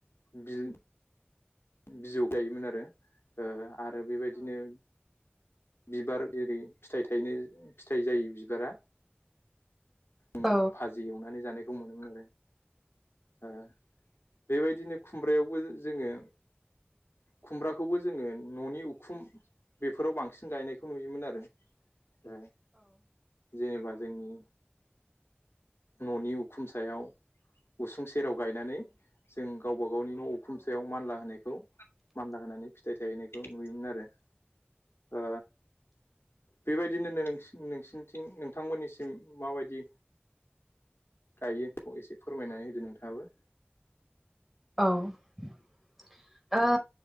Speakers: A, on the left (about 80°); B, in the centre.
A: बिल बिजौ गायोमोन आरो ओ आरो बेबायदिनो बिबार जेरै फिथाइ थायनो फिथाइ जायो बिबारा उम
B: औ
A: भाजि एवनानै जानो दं मोनोमोन आरो ओ बेबायदिनो खुमब्रायावबो जोङो खुमब्राखौबो जोङो न'नि उखुम बेफोराव बांसिन गायनायखौ नुयोमोन आरो ओ जेनेबा जोंनि न'नि उखुम सायाव उसुंसे सेराव गायनानै जों गावबा गावनि न' उखुमसायाव मानला होनायखौ मानला होनानै फि फिथाइ थायहोनायखौ नुयोमोन आरो ओ बेबायदिनो नोंसिनि नोंसिनिथिं नोंथांमोननिसिम माबायदि गायोखौ एसे फोरमायनानै होदो नोंथाङाबो
B: औ ओ